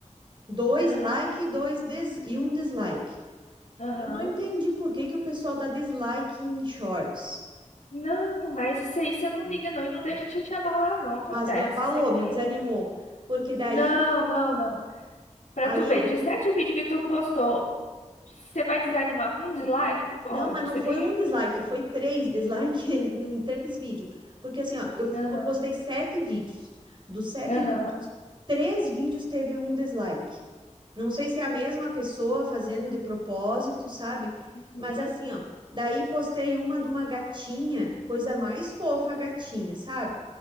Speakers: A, on the right (about 40°); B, on the left (about 80°).
A: dois
B: Ah,
A: like, e dois des- e um dislike.
B: Aham.
A: Eu não entendi por que que o pessoal dá dislike em shorts.
B: Não, mas isso aí você não liga não e não deixa te abalar não, acontece.
A: Mas me abalou,
B: Sempre
A: me
B: tem um.
A: desanimou, porque daí,
B: Não, não, não. Pra
A: aí
B: tu ver,
A: eu,
B: de sete vídeos que tu postou, você vai desanimar com um dislike? Não pode.
A: não, mas não
B: Você
A: foi
B: tem.
A: um dislike, foi três dislike <laughs> em três vídeos, porque assim, ó, eu, f-
B: Aham,
A: eu postei sete vídeos, dos sete
B: aham,
A: vídeos, três vídeos teve um dislike. Não sei se é a mesma pessoa fazendo de propósito, sabe?
B: Uhum,
A: Mas assim, ó, daí postei uma de uma gatinha, coisa mais fofa, a gatinha, sabe?